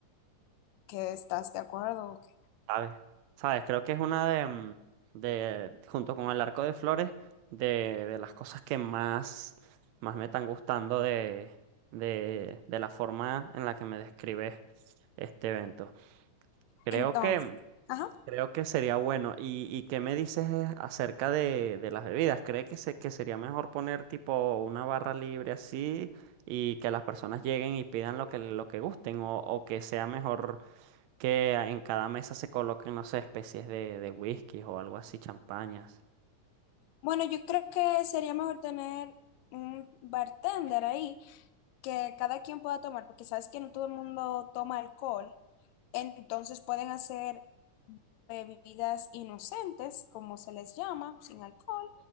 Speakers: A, on the left; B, on the right.
A: que estás de acuerdo o qué.
B: ¿Sabes? ¿Sabes? Creo que es una de, mm, de junto con el arco de flores, de, de las cosas que más, más me están gustando de, de, de la forma en la que me describes este evento. Creo
A: Entonces,
B: que mm,
A: ajá.
B: Creo que sería bueno. ¿Y, y qué me dices es acerca de, de las bebidas? ¿Cree que, se, que sería mejor poner tipo una barra libre así y que las personas lleguen y pidan lo que, lo que gusten? ¿O, o que sea mejor que en cada mesa se coloquen, no sé, especies de, de whisky o algo así, champañas?
A: Bueno, yo creo que sería mejor tener un bartender ahí que cada quien pueda tomar, porque sabes que no todo el mundo toma alcohol. Entonces pueden hacer bebidas inocentes, como se les llama, sin alcohol.